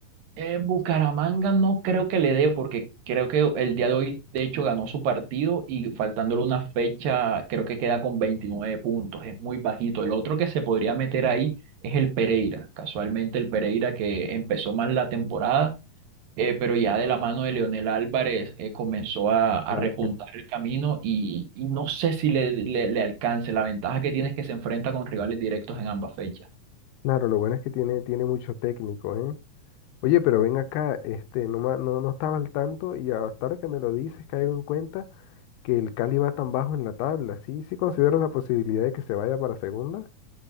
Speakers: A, on the right (about 70°); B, on the left (about 80°).
A: Eh, Bucaramanga no creo que le dé, porque creo que el día de hoy, de hecho, ganó su partido y faltándole una fecha, creo que queda con 29 puntos, es muy bajito. El otro que se podría meter ahí es el Pereira, casualmente el Pereira que empezó mal la temporada eh, pero ya de la mano de Leonel Álvarez eh, comenzó a, a
B: Claro,
A: repuntar
B: que-
A: el camino y, y no sé si le, le- le alcance. La ventaja que tiene es que se enfrenta con rivales directos en ambas fechas.
B: claro, lo bueno es que tiene, tiene mucho técnico, ¿eh? Oye, pero ven acá, este, no, ma- no, no estaba al tanto y hasta ahora que me lo dices caigo en cuenta que el Cali va tan bajo en la tabla. ¿Sí, sí consideras la posibilidad de que se vaya para segunda?